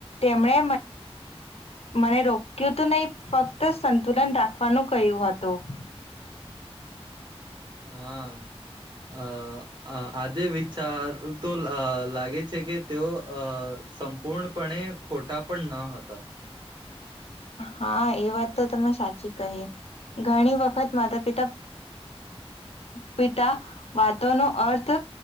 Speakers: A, on the left (about 70°); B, on the right (about 45°).
A: તેમણે મને રોક્યું તો નહી ફક્ત સંતુલન રાખવાનું કહ્યું હતું. તો.
B: હા અ આજે વિચારું તો લાગે છે કે તેઓ અ સંપૂર્ણપણે ખોટા પણ ન હતા.
A: હા એ વાત તો તમે સાચી કહી ઘણી વખત માતા પિતા પિતા વાતો નો અર્થ